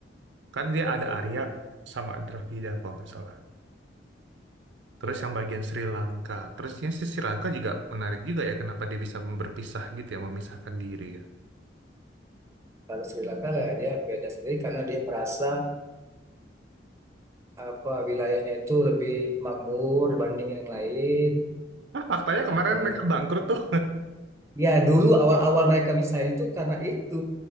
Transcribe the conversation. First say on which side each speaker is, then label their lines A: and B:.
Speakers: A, on the right; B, on the right.
A: Kan dia
B: iya
A: ada Arya
B: iya
A: sama Dravida kalau nggak salah. Terus
B: iya.
A: yang bagian Sri Lanka. terusnya si Sri Lanka juga menarik juga ya kenapa dia bisa berpisah gitu ya, memisahkan diri ya.
B: kalau Sri Lanka lah dia beda sendiri karena dia merasa apa wilayahnya itu lebih makmur dibanding yang lain
A: Ah faktanya kemarin
B: nah kemudian
A: mereka bangkrut tuh.
B: Ya, dulu awal-awal mereka misalnya itu karena itu.